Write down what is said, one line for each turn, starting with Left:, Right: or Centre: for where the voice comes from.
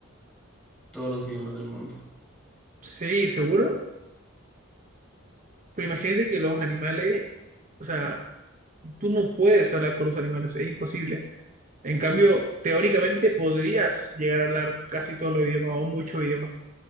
Centre: todos los idiomas del mundo.
Right: Sí, seguro. Pero imagínate que los animales, o sea, tú no puedes hablar con los animales, es imposible. En cambio, teóricamente podrías llegar a hablar casi todos los idiomas o muchos idiomas.